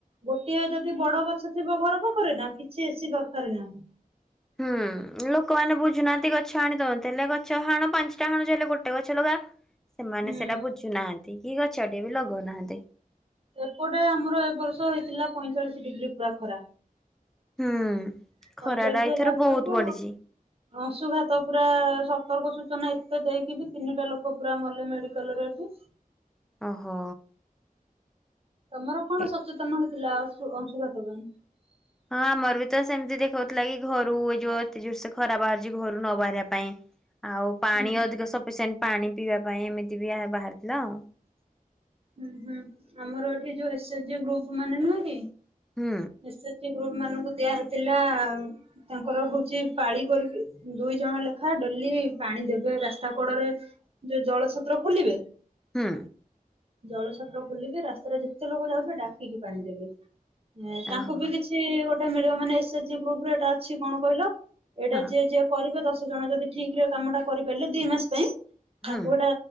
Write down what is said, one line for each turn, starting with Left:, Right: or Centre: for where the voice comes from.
Right: ଗୋଟିଏ ଯଦି ବଡ ଗଛ ଥିବ ଘର ପାଖରେ ନା କିଛି ଏସିି ଦରକାରେ ନାହିଁ।
Centre: ହଁ ଲୋକମାନେ ବୁଝୁନାହାନ୍ତି ଗଛ ହାଣି ଦଉଛନ୍ତି ହେଲେ ଗଛ ହାଣ ପାଞ୍ଚଟା ହାଣୁଛ ହେଲେ ଗୋଟେ ଗଛ ଲଗାଅ। ସେମାନେ
Right: ହୁଁ
Centre: ସେଟା ବୁଝୁନାହାନ୍ତି କି ଗଛଟିଏ ବି ଲଗଉନାହାଁନ୍ତି।
Right: ଏପଟେ ଆମର ଏ ବର୍ଷ ହେଇଥିଲା ପଇଁଚାଳିଶ ଡିଗ୍ରୀ ପୁରା ଖରା।
Centre: ହଁ ଖରାଟା
Right: ପଇଁଚାଳିଶ
Centre: ଏଇ
Right: ହେଲା
Centre: ଥର
Right: ବେଳକୁ
Centre: ବହୁତ ବଢିଛି।
Right: ଅଂଶୁଘାତ ପୁରା ସତର୍କ ସୂଚନା ଏତେ ଦେଇକି ବି ତିନିଟା ଲୋକ ପୁରା ମଲେ ମେଡିକାଲରେ ଏଠି।
Centre: ଓହୋ।
Right: ତମର କଣ
Centre: ଏ
Right: ସଚେତନ ହୋଇଥିଲା ଅଶୁ ଅଂଶୁଘାତ ପାଇଁ?
Centre: ହଁ ଆମର ବି ତ ସେମତି ଦେଖଉଥିଲା କିି ଘରୁ ଏଇ ଯୋଉ ଏତେ ଜୋରସେ ଖରା ବାହାରୁଛି ଘରୁ ନ ବାହାରିବା ପାଇଁ। ଆଉ ପାଣି
Right: ହୁଁ
Centre: ଅଧିକ ସଫିସିଏଣ୍ଟ ପାଣି ପିଇବା ପାଇଁ ଏମିତି ବି ବାହାରିଥିଲା ଆଉ।
Right: ହୁଁ ହୁଁ ଆମର ଏଠି ଯୋଉ ଏସ ଏଚ ଜି ଗ୍ରୁପ ମାନେ ନୁହେଁ କି
Centre: ହୁଁ।
Right: ଏସ ଏଚ ଜି ଗ୍ରୁପ ମାନଙ୍କୁ ଦିଆହେଇ ଥିଲା ତାଙ୍କର ହଉଛି ପାଳି କରିକି ଦୁଇ ଜଣ ଲେଖା ଡେଲି ପାଣି ଦେବେ ରାସ୍ତା କୋଡରେ। ଯୋଉ ଜଳ ଛତ୍ର ଖୋଲିବେ।
Centre: ହୁଁ।
Right: ଜଳ ଛତ୍ର ଖୋଲିକି ରାସ୍ତାରେ ଯେତେ ଲୋକ ଯାଉଥିବେ ଡାକିକି ପାଣି ଦେବେ। ତାଙ୍କୁ
Centre: ଓହୋ
Right: ବି କିଛି ଗୋଟେ ମିଳିବ ମାନେ ଏସ୍ ଏଚ ଜି ଗ୍ରୁପରେ ଏଟା ଅଛି କଣ କହିଲ ଏଇଟା
Centre: ହଁ
Right: ଯିଏ ଯିଏ କରିବେ ଦଶ ଜଣ ଯଦି ଠିକ ରେ ଏ କାମ ଟା କରିପାରିଲେ ଦି ମାସ ପାଇଁ
Centre: ହୁଁ
Right: ତାଙ୍କୁ ଗୋଟା